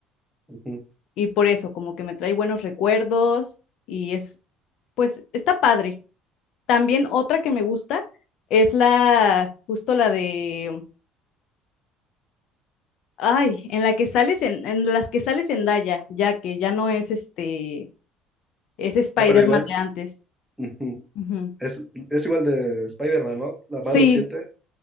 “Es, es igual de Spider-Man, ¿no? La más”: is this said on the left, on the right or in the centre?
Centre